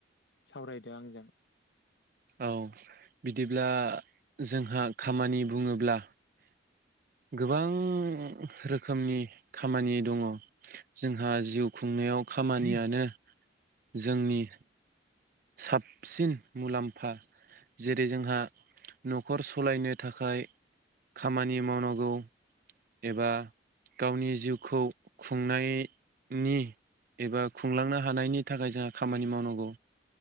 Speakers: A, on the left; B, on the right.
A: सावरायदो आंजों ।
B: औ बिदिब्ला जोंहा खामानि बुङोब्ला गोबां रोखोमनि खामानि दङ जोंहा जिउ खुंनायाव खामानियानो जोंनि साबसिन मुलाम्फा जेरै जोंहा नखर सालायनो थाखाय खामानि मावनांगौ एबा गावनि जिउखौ खुंनायनि एबा खुंलांनो हानायनि थाखाय जोंहा खामानि मावनांगौ ।